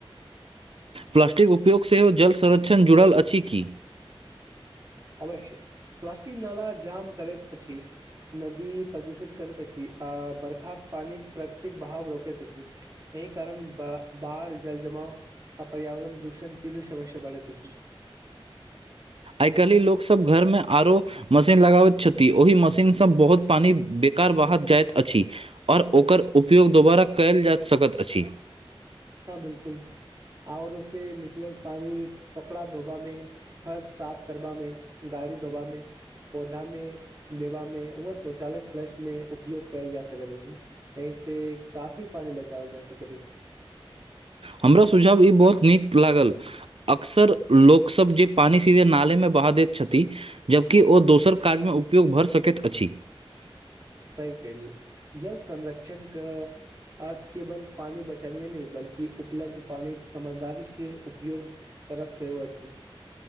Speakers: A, on the right; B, on the right.
A: प्लास्टिक उपयोग सेहो जल संरक्षण जुड़ल अछि की
B: अवश्य प्लास्टिक नाला जाम करैत अछि नदी प्रदूषित करैत अछि आ बरखाक पानी प्राकृतिक भाव रोकैत अछि एहि कारण ब बाढ़ जल जमाव आ पर्यावरण दूषण तीनू समस्या बढ़ैत अछि
A: आइ काल्हि लोकसब घरमे आरो मशीन लगाबैत छथि ओहि मशीनसँ बहुत पानी बेकार बहात जाइत अछि ओर ओकर उपयोग दोबारा कयल जाइत सकत अछि
B: हँ बिल्कुल आरो से निकलल पानी कपड़ा धोबा मे फर्श साफ करबा में गाड़ी धोबा मे पोधा में देबा में व शौचालय फलश मे उपयोग कयल जा सकत अछि एहि से काफी पानी बचाओल जा सकैत अछि
A: हमरो सुझाव ई बहुत नीक लागल अक्सर लोकसब जे पानि सीधे नालेमे बहा दैत छथि जबकि ओ दोसर काजमे उपयोग भऽ सकैत अछि
B: सही केलियै जल संरक्षण कऽ आ केवल पानि बचानीय नय बल्कि उपलब्ध पानी समझदारी से उपयोग करब सेहो अछि